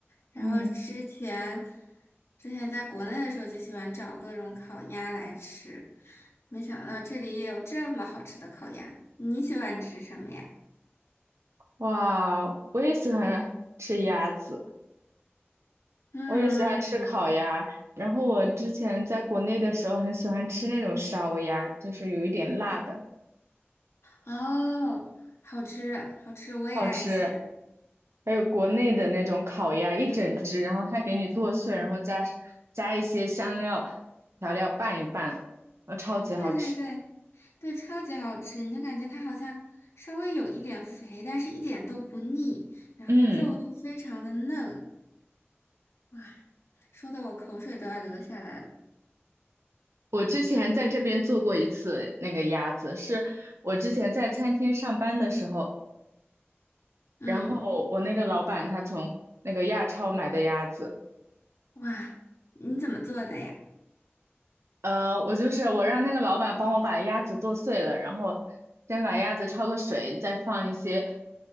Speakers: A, on the left; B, on the right.
A: 然后之前
B: 嗯，
A: 之前在国内的时候就喜欢找各种烤鸭来吃，没想到这里也有这么好吃的烤鸭。你喜欢吃什么呀？
B: 哇，我也喜欢吃鸭子，
A: 嗯，
B: 我也喜欢吃烤鸭。然后我之前在国内的时候很喜欢吃那种烧鸭，就是有一点辣的，
A: 哦，好吃，好吃，我也爱吃。
B: 好吃。还有国内的那种烤鸭，一整只，然后它给你剁碎，然后加加一些香料调料拌一拌，呃，超级好吃。
A: 对对对对，超级好吃，你就感觉它好像稍微有一点肥，但是一点都不腻，然后肉又非常的嫩，
B: 嗯。
A: 哇，说的我口水都要流下来了。
B: 我之前在这边做过一次那个鸭子，是我之前在餐厅上班的时候，
A: 嗯，
B: 然后我那个老板他从那个亚超买的鸭子，
A: 哇，你怎么做的呀？
B: 呃，我就是我让那个老板帮我把鸭子剁碎了，然后先把鸭子焯个水，再放一些，